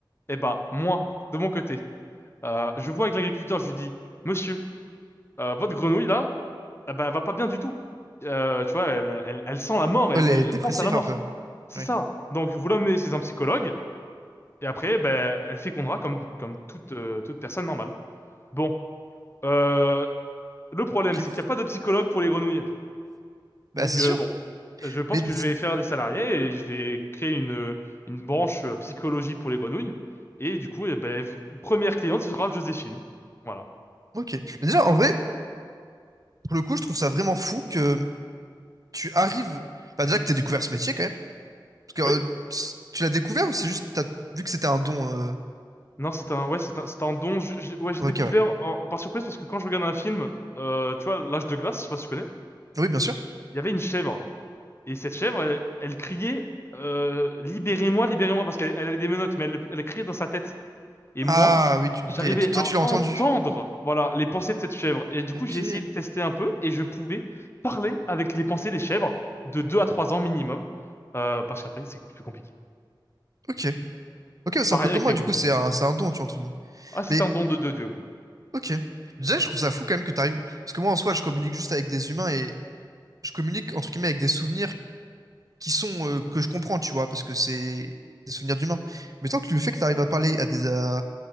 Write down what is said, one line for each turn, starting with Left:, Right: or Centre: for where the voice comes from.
Left: Et bah, moi, de mon côté, euh, je vois avec l'agriculteur, je lui dis, Monsieur, euh, votre grenouille là, ah bah, elle va pas bien du tout. Euh, tu vois, elle, elle, elle sent la mort,
Right: Ouais,
Left: elle,
Right: les
Left: elle,
Right: dépressifs
Left: elle pense à la mort.
Right: un peu.
Left: C'est
Right: Oui,
Left: ça. Donc, vous l'emmenez chez un psychologue, et après, ben, elle fécondera comme, comme toute, euh, toute personne normale. Bon, euh, le problème,
Right: ok.
Left: c'est qu'il n'y a pas de psychologue pour les grenouilles.
Right: Bah,
Left: Donc,
Right: c'est
Left: euh,
Right: sûr.
Left: bon, je pense
Right: Mais, d-
Left: que je vais faire des salariés et je vais créer une, une branche euh, psychologie pour les grenouilles. Et du coup, eh ben, v- première cliente, ce sera Joséphine. Voilà.
Right: ok. Mais déjà, en vrai, pour le coup, je trouve ça vraiment fou que tu arrives. Enfin, déjà que t'aies découvert ce métier quand même. Parce
Left: oui
Right: que euh, c- tu l'as découvert ou c'est juste, t'as vu que c'était un don. euh,
Left: Non, c'est un, ouais, c'est un, c'est un don. Je- j'ai- ouais, j'ai
Right: Ok,
Left: découvert
Right: ouais.
Left: en- par surprise parce que quand je regarde un film, euh, tu vois, L'Âge de glace, je sais pas si tu connais,
Right: Oui, bien sûr.
Left: il y avait une chèvre. Et cette chèvre, elle, elle criait euh, Libérez-moi, libérez-moi, parce qu'elle elle avait des menottes, mais elle, elle criait dans sa tête. Et moi,
Right: Ah, oui, du-
Left: j'arrivais
Right: ok. T- Toi,
Left: à
Right: tu l'as
Left: entendre,
Right: entendu.
Left: voilà, les pensées de cette chèvre. Et du coup,
Right: Ok,
Left: j'ai essayé de tester un peu et je pouvais parler avec les pensées des chèvres de 2 à 3 ans minimum, euh, parce qu'après, c'est plus compliqué.
Right: ok, ok, c'est
Left: Pareil
Right: un peu comme
Left: avec
Right: moi,
Left: les
Right: du
Left: grenouilles.
Right: coup, c'est
Left: euh.
Right: un, c'est un don, tu vois, entre guillemets.
Left: Ah, c'est
Right: Mais,
Left: un don de, de Dieu, oui.
Right: ok. Déjà, je trouve ça fou quand même que t'arrives. Parce que moi, en soi, je communique juste avec des humains et je communique, entre guillemets, avec des souvenirs qui sont, euh, que je comprends, tu vois, parce que c'est des souvenirs d'humains. Mais tant que le fait que t'arrives à parler à des, à,